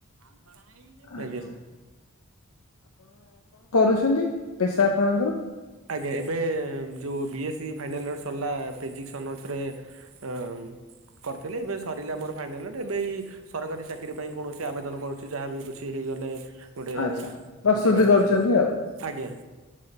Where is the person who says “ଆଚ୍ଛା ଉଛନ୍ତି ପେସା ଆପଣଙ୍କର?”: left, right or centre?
Left